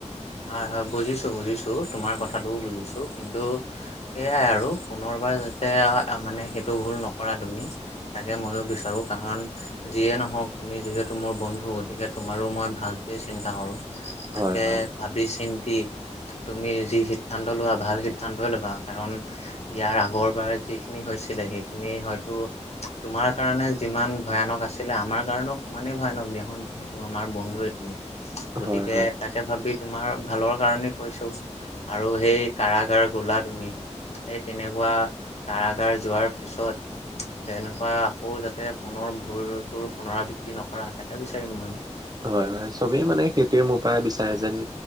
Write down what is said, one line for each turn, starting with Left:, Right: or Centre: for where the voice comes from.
Left: হয়, হয় বুজিছোঁ, বুজিছোঁ তোমাৰ কথাটোও বুজিছোঁ কিন্তু সেয়াই আৰু পুনৰবাৰ যাতে মানে সেইটো ভুল নকৰা তুমি। তাকে ময়ো বিচাৰোঁ কাৰণ। যিয়ে নহওঁক তুমি যিহেতু মোৰ বন্ধু গতিকে তোমাৰো মই ভালটোৱে চিন্তা কৰোঁ। তাকে
Right: হয় হয়
Left: ভাবি চিন্তি। তুমি যি সিদ্ধান্ত লোৱা ভাল সিদ্ধান্তই ল'বা কাৰণ। ইয়াৰ আগৰবাৰ যিখিনি হৈছিলে, সেইখিনি হয়তো। তোমাৰ কাৰণে যিমান ভয়ানক আছিলে, আমাৰ কাৰণেও সমানেই ভয়ানক দিয়া চোন। ত, আমাৰ বন্ধুৱে তুমি গতিকে
Right: হয় হয়
Left: তাকে ভাবি তোমাৰ ভালৰ কাৰণে কৈছোঁ। আৰু সেই কাৰাগাৰ গ'লা তুমি। সেই তেনেকুৱা কাৰাগাৰ যোৱাৰ পিছত। যে এনেকুৱা আকৌ যাতে পুনৰ ভুলটো পুনৰাবৃত্তি নকৰা তাকে বিচাৰিম ময়ো।
Right: হয়, হয়, চবেই মানে সেইটোৱে মোৰ পৰা বিচাৰে যেন